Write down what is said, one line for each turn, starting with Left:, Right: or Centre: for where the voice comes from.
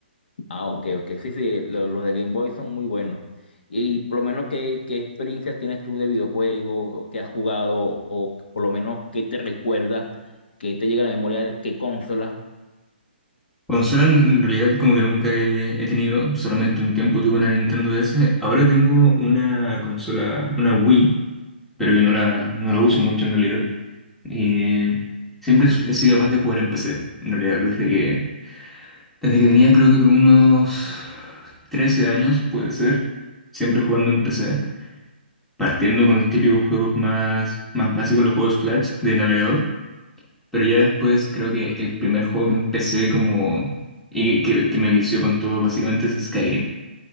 Left: Ah, ok, ok. Sí, sí, lo- los de Game Boy son muy buenos. Y por lo menos, ¿qué, qué experiencia tienes tú de videojuegos? ¿O qué has jugado? ¿O por lo menos qué te recuerda? ¿Qué te llega a la memoria? ¿Qué consola?
Centre: Consola en en realidad como que nunca he, he tenido, solamente un tiempo tuve una Nintendo DS. Ahora tengo una consola, una Wii, pero que no la, no la uso mucho en realidad. Eh, siempre he sido más de jugar en PC, en realidad, desde que Desde que tenía creo que unos 13 años, puede ser, siempre jugando en PC, partiendo con los típicos juegos más, más básicos, los juegos Flash de navegador, pero ya después creo que el primer juego que empecé como y que, que me vició con todo básicamente es Skyrim.